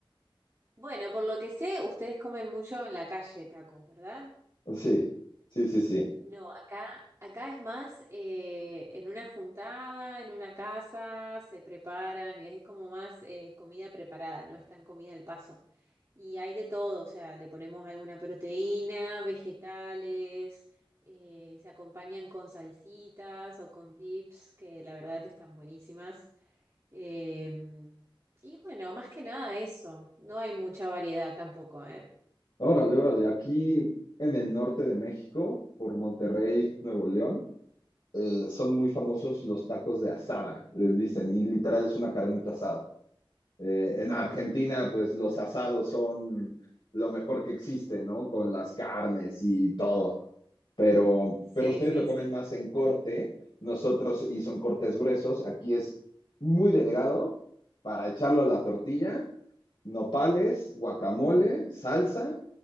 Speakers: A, on the right; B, on the left.
A: Bueno, por lo que sé, ustedes comen mucho en la calle tacos, ¿verdad?
B: Sí, sí, sí, sí.
A: No, acá, acá es más eh, en una juntada, en una casa, se preparan y es como más eh, comida preparada, no es tan comida al paso. Y hay de todo, o sea, le ponemos alguna proteína, vegetales, eh, se acompañan con salsitas o con dips, que la verdad están buenísimas. Em, y bueno, más que nada eso, no hay mucha variedad tampoco, ¿eh?
B: Órale, órale. Aquí en el norte de México, por Monterrey, Nuevo León, eh, son muy famosos los tacos de asada, les dicen, y literal es una carnita asada. Eh, en
A: Ah,
B: Argentina, pues los asados son lo mejor que existe, ¿no? Con las carnes
A: sí.
B: y todo. Pero,
A: Sí,
B: pero ustedes
A: sí,
B: lo comen
A: sí.
B: más en corte, nosotros, y son cortes gruesos, aquí es muy delgado para echarlo a la tortilla, nopales, guacamole, salsa